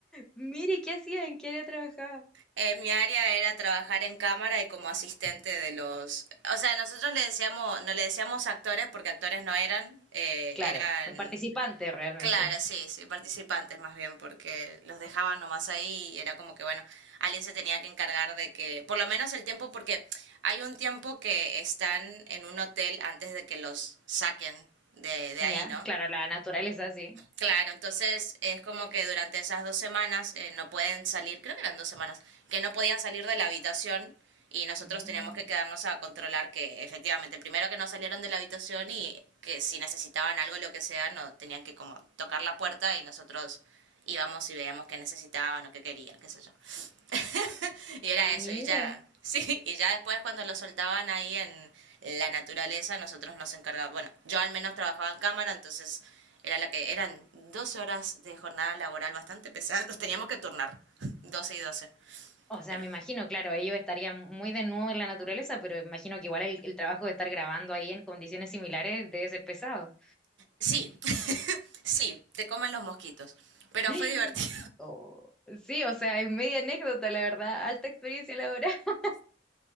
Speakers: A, in the centre; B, on the right (about 70°).
A: mire, ¿qué hacía? ¿En qué área trabajaba?
B: Eh, mi área era trabajar en cámara y como asistente de los... O sea, nosotros le decíamos, no le decíamos actores porque actores no eran, eh,
A: Claro,
B: eran...
A: son participantes realmente.
B: Claro, sí, sí, participantes más bien, porque los dejaban nomás ahí y era como que, bueno, alguien se tenía que encargar de que, por lo menos el tiempo, porque hay un tiempo que están en un hotel antes de que los saquen de, de
A: Ya,
B: ahí, ¿no?
A: claro, la naturaleza sí.
B: Claro, entonces es como que durante esas dos semanas eh, no pueden salir, creo que eran dos semanas, que no podían salir de la habitación y nosotros
A: Ah,
B: teníamos que quedarnos a controlar que efectivamente, primero que no salieron de la habitación y que si necesitaban algo, lo que sea, no tenían que como tocar la puerta y nosotros íbamos y veíamos qué necesitaban o qué querían, qué sé yo. <laughs> y era eso,
A: Mira.
B: y ya. Sí, y ya después cuando lo soltaban ahí en la naturaleza, nosotros nos encargábamos. Bueno, yo al menos trabajaba en cámara, entonces era la que eran 12 horas de jornada laboral bastante pesada. Nos teníamos que turnar, 12 y doce
A: O sea,
B: Pero
A: me imagino, claro, ellos estarían muy desnudos en la naturaleza, pero imagino que igual el, el trabajo de estar grabando ahí en condiciones similares debe ser pesado.
B: sí, <laughs> sí, te comen los mosquitos. Pero
A: <gasps>
B: fue divertido.
A: Oh, sí, o sea, es media anécdota, la verdad. Alta experiencia laboral. <laughs>